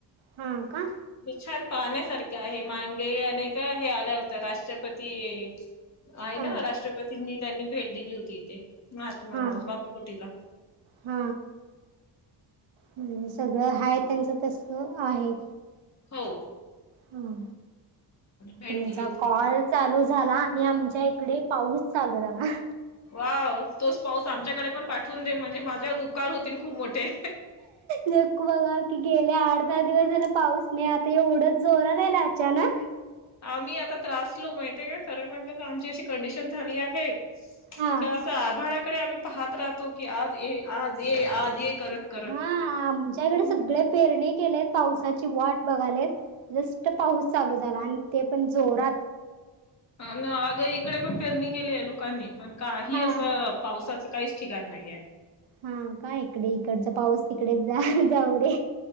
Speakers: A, on the right; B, on the left.
A: हा का?
B: छान पाहण्यासारखे आहे मांगेने का हे आलं होतं राष्ट्रपती. आहे
A: हा
B: ना राष्ट्रपतींनी त्यांनी भेट दिली होती इथे. महात्मा
A: हा
B: बापू कुटील.
A: हा म्हणजे सगळं हाय त्यांचं तस आहे.
B: हो.
A: ह
B: भेट
A: तुमचा
B: दिली होती
A: कॉल
B: तिथे.
A: चालू झाला आणि आमच्या इकडे पाऊस चालू झाला.
B: वाव! तोच पाऊस आमच्याकडे पण पाठवून दे, म्हणजे माझ्यावर उपकार होतील खूप मोठे.
A: न बघा की गेले आठ दहा दिवस झाले पाऊस नाही आता एवढ जोरान यालाय अचानक.
B: आम्ही आता त्रासलू माहितीय का खरं म्हटलं तर आमची अशी कंडिशन झाली आहे.
A: हा
B: तर तर आभाळाकडे आम्ही पाहत राहतो, की आज ये आज ये आज ये करत. करत
A: हा आमच्याकडे
B: पण
A: सगळे पेरणी केलेत, पावसाची वाट बघालेत जस्ट पाऊस चालू झाला, आणि ते पण जोरात.
B: हा ना. अग इकडे पण फेरणी केली आहे लोकांनी, पण काही
A: हा
B: असं पावसाच काहीच ठिकाण नाहीये.
A: हा का इकडे, इकडचा पाऊस तिकडेच जा जाऊ रे.